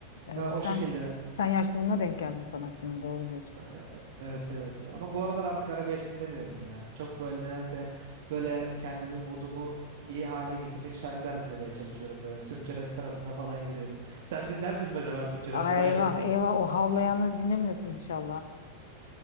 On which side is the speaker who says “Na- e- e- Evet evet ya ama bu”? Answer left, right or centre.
Right